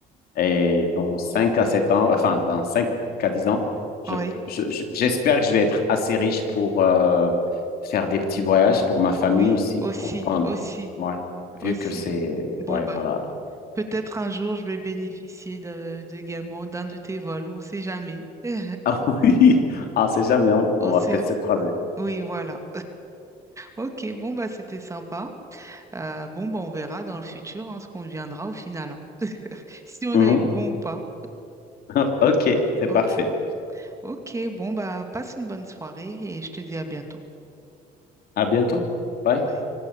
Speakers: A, on the left; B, on the right.
A: Et dans 5 à 7 ans, enfin, dans cinq à dix ans, je-
B: Oui,
A: je- je- j'espère que je vais être assez riche pour euh, faire des petits voyages pour ma famille
B: oui,
A: aussi,
B: aussi,
A: pour prendre,
B: aussi,
A: ouais, vu
B: aussi.
A: que c'est,
B: Bon,
A: ouais,
B: ben.
A: voilà. <laughs>
B: Peut-être un jour, je vais bénéficier de, de- également d'un de tes vols. On sait jamais. <laughs>
A: Ah oui, ah, c'est jamais, on,
B: On
A: on
B: sait...
A: va peut-être se croiser.
B: Oui, voilà. Ok, bon, bah, c'était sympa. Euh, bon, bah, on verra dans le futur hein, ce qu'on deviendra au final. hein. Si on
A: Mhm.
B: a eu bon ou pas.
A: <laughs> Ok, c'est
B: Ok.
A: parfait.
B: Ok, bon, bah, passe une bonne soirée et je te dis à bientôt.
A: À bientôt. Bye.
B: Bye.